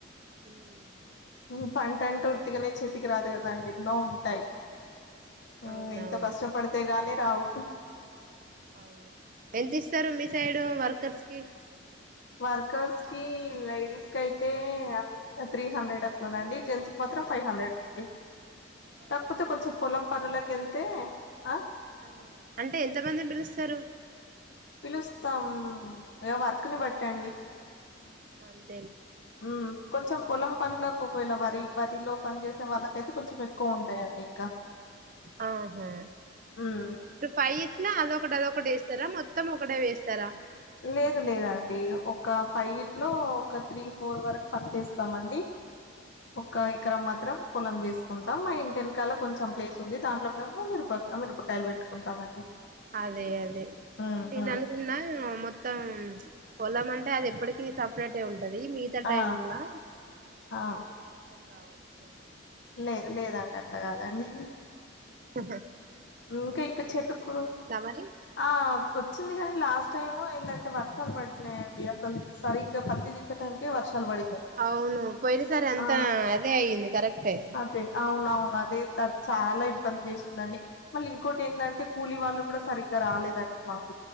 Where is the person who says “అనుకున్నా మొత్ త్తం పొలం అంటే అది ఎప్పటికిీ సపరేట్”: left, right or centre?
Right